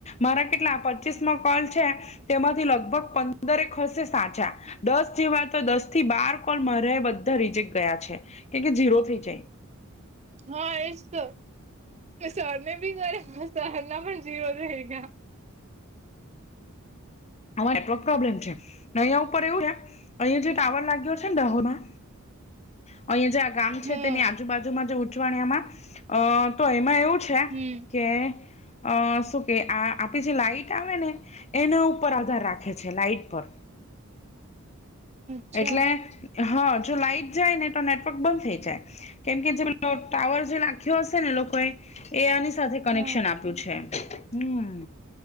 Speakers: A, on the left (about 30°); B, on the right (about 30°).
A: મારા કેટલા પચીસ માં કોલ છે તેમાંથી લગ લગભગ પંદરેક હસે સાચા. દસ જેવા તો દસ થી બાર કોલ મારે બધા રિજેક્ટ ગયા છે કે ઝીરો થઈ જાય.
B: હા એજ તો. એ સરને બી કરીયા સરના પન ઝીરો થઇ ગયા.
A: આમાં નેટવર્ક પ્રોબ્લેમ છે, અહિયાં ઉપર એવું છે અહીયાં જે ટાવર લાગ્યો છે ને ડહોમાં અહીયાં જે ગામ છે
B: હમ
A: તેની આજુબાજુમાં જે ઉચવાણિયામાં અ તો એમાં એવું છે
B: હમ
A: કે અ શું કે આ આપડી જે લાઈટ આવે ને એના ઉપર આધાર રાખે છે, લાઈટ પર.
B: અચ્છા
A: એટલે હા જો લાઈટ જાય ને તો નેટવર્ક બંધ થઈ જાય. કેમ કે જે ટાવર જે લાખ્યો હશે ને લોકો એ સાથે કનેક્શન
B: હા
A: આપ્યું છે, હમ્મ